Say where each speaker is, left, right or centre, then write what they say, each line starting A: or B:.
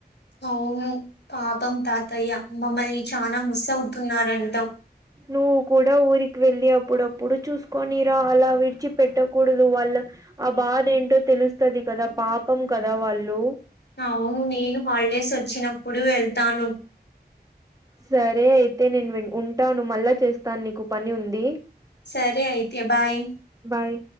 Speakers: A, on the left (about 85°); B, on the right (about 20°).
A: అవును పాపం తాతయ్య మమ్మల్ని చానా మిస్ అవుతున్నారంటా
B: నువ్వు కూడా ఊరికి వెళ్ళి అప్పుడప్పుడు చూసుకోనిరా అలా విడిచి పెట్టకూడదు వాళ్ళు ఆ బాధ ఏంటో తెలుస్తది కదా పాపం కదా వాళ్ళు
A: అవును నేను హాలిడేస్ వచ్చినప్పుడు వెళ్తాను
B: సరే అయితే నేను ఉంటాను మళ్ళా చేస్తాను నీకు పని ఉంది
A: సరే అయితే బాయ్
B: బాయ్